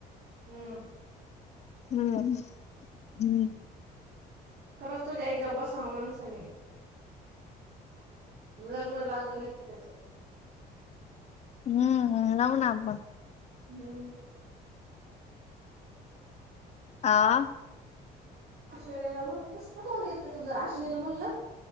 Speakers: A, on the right; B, on the left.
A: हम्म
B: हम् हम्म.
A: खरंच तुझ्या याच्या बसाव मानसाने. लग्न लागलं एखाद्याचं.
B: हम्म हम्म लावू ना आपण.
A: हम.
B: आ.
A: अश्विनीला म्हणलं कस का तोंड येतंय तुझं अश्विनीला म्हणलं